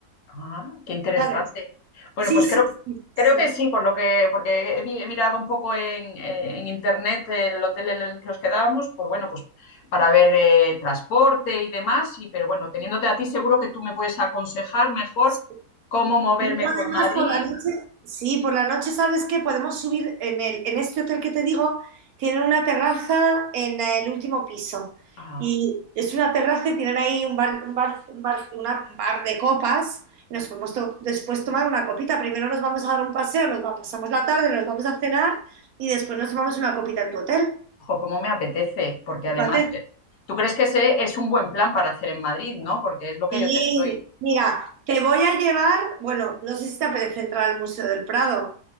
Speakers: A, on the left; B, on the right.
A: Ah, qué interesante.
B: ¿sabes?
A: Bueno,
B: Sí,
A: pues
B: sí,
A: creo,
B: sí, sí.
A: creo que sí, por lo que, porque he, mi- he mirado un poco en, eh, en internet el hotel en el que nos quedábamos, pues bueno, pues para ver eh, transporte y demás, y, pero bueno, teniéndote a ti seguro que tú me puedes aconsejar mejor
B: sí.
A: cómo moverme
B: Y luego
A: por
B: además
A: Madrid.
B: por la noche, sí, por la noche, ¿sabes qué? Podemos subir en el, en este hotel que te digo, tienen una terraza en el último piso.
A: Ah,
B: Y es una terraza, y tienen ahí un bar, un bar, un bar, una bar de copas. y Nos podemos to- después tomar una copita. Primero nos vamos a dar un paseo, nos va- pasamos la tarde, nos vamos a cenar y después nos tomamos una copita en tu hotel.
A: ojo, cómo me apetece, porque
B: ¿Te
A: además,
B: parece?
A: eh, tú crees que ese es un buen plan para hacer en Madrid, ¿no? Porque es lo que
B: Sí,
A: yo te estoy
B: mira, te voy a llevar, bueno, no sé si te apetece entrar al Museo del Prado.